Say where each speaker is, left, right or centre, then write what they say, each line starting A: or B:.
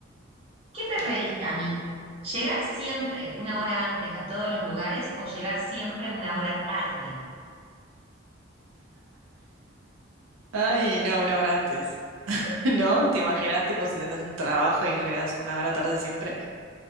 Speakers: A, on the right; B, on the right.
A: ¿Qué preferís,
B: dale.
A: Cami? ¿Llegar siempre una hora antes a todos los lugares o llegar siempre una hora tarde?
B: Ay, no, una hora antes. <laughs> ¿No? ¿Te imaginas, tipo, si tenés un trabajo y llegas una hora tarde siempre?